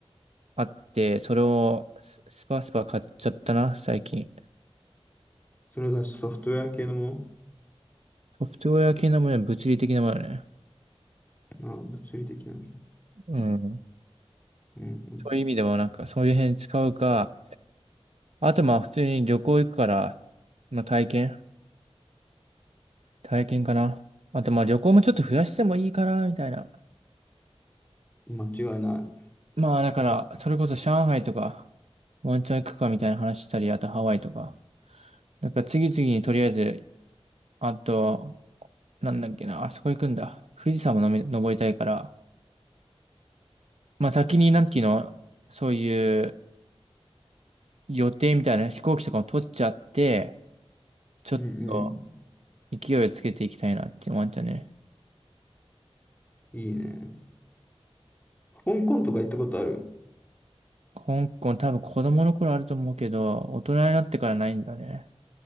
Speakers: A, on the right (about 75°); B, on the left (about 15°).
A: あって、それをススパスパ買っちゃったな、最近。
B: それだし、ソフトウェア系のも
A: ソフトウェア系のもの、物理的なものね。
B: のああ、物理的なんだ。
A: うん。
B: うん、
A: そういう意味でもなんか、そういう辺使うか、あとまあ、普通に旅行行くから、まあ、体験体験かな。あとまあ、旅行もちょっと増やしてもいいかな、みたいな。
B: うん。間違いない。
A: まあ、だから、それこそ上海とか、ワンチャン行くかみたいな話したり、あとハワイとか。なんか次々にとりあえずあと、なんだっけな、あそこ行くんだ。富士山ものみ登りたいから、まあ先になんていうの、そういう予定みたいな飛行機とかも取っちゃって、ちょっと
B: うん、うん。
A: 勢いをつけていきたいなって思っちゃうね。
B: いいね。香港とか行ったことある
A: 香港多分子供の頃あると思うけど、大人になってからないんだね。